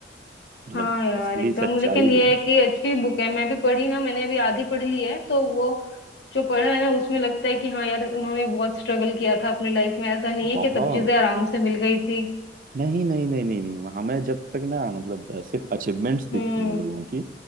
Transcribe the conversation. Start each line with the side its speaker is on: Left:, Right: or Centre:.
Right: मतलब
Left: हाँ यार
Right: असली
Left: एकदम
Right: सच्चाई
Left: लेकिन ये
Right: जो है,
Left: है कि अच्छी बुक है मैं भी पढ़ी ना मैंने भी आधी पढ़ ली है तो वो जो पढ़ा है ना उसमें लगता है कि हाँ यार उन्होंने बहुत स्ट्रगल किया था अपनी लाइफ में ऐसा नहीं है
Right: बहुत
Left: कि सब चीजें आराम से मिल गई थी
Right: नहीं नहीं नहीं नहीं नहीं हमें जब तक ना मतलब अ, सिर्फ अचीवमेंट्स दिखती
Left: हम्म
Right: हैं लोगों की